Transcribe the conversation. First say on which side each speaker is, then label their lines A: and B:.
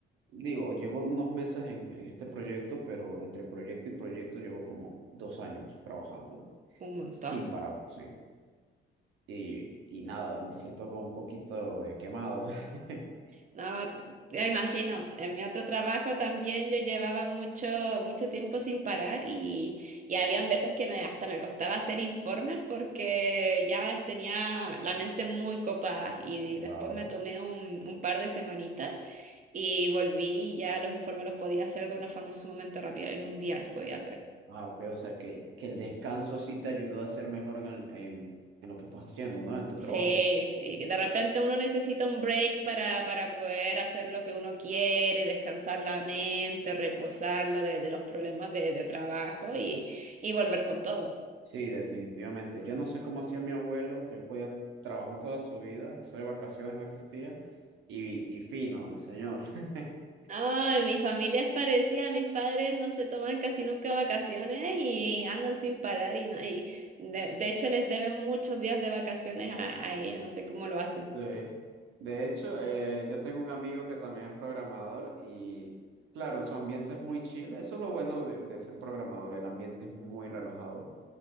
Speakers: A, on the right; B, on the right.
A: Digo, llevo unos meses en, en este proyecto, pero entre proyecto y proyecto llevo como dos años trabajando
B: un montón.
A: sin parar, sí. Y, y nada, me siento como un poquito eh, quemado. <laughs>
B: No, ya imagino. En mi otro trabajo también yo llevaba mucho, mucho tiempo sin parar y, y habían veces que me, hasta me costaba hacer informes porque ya es- tenía la mente muy copada y
A: Wow.
B: después me tomé un, un par de semanitas y volví y ya los informes los podía hacer de una forma sumamente rápida. En un día los podía hacer.
A: Ah, ok, o sea que, que el descanso sí te ayudó a ser mejor en, el- en, en lo que estás haciendo, ¿no? En tu
B: Sí,
A: trabajo.
B: sí, que de repente uno necesita un break para, para poder hacer lo que uno quiere, descansar la mente, reposarlo de, de los problemas de, de trabajo y, y volver con todo.
A: Sí, definitivamente. Yo no sé cómo hacía mi abuelo, que él podía trabajar toda su vida, eso de vacaciones no existía, y, y fino, el señor. <laughs>
B: Ay, mi familia es parecida, mis padres no se toman casi nunca vacaciones y andan sin parar y, no, y de, de hecho les deben muchos días de vacaciones a, a ella, no sé cómo lo hacen.
A: Sí. De hecho, eh, yo tengo un amigo que también es programador y, claro, su ambiente es muy chill, eso es lo bueno de, de ser programador, el ambiente es muy relajado,